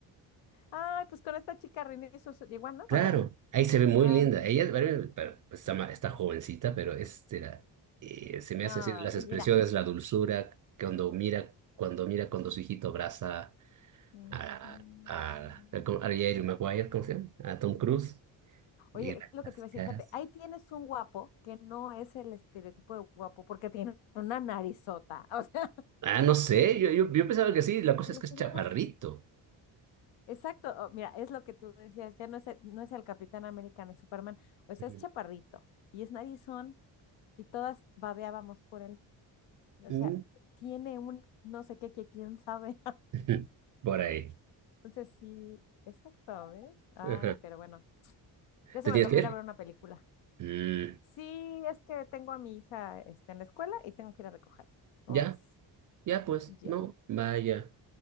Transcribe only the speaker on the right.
Claro,
ahí se ve muy
linda.
Ella bueno, pero, pues, está, ma- está jovencita, pero es, de la- eh, se me
hace así las
expresiones,
la dulzura, cuando mira, cuando mira, cuando su hijito abraza
a,
a, a, ¿cómo- a Jerry Maguire, ¿cómo se llama? A Tom Cruise. Y
la-
las
caras.
Ah, no sé, yo, yo, yo pensaba que sí, la cosa
es que
es
chaparrito.
<laughs>
Mm,
<laughs> Por ahí.
Ajá.
¿Te
tienes
que ir?
Mm,
ya,
ya pues,
no, vaya,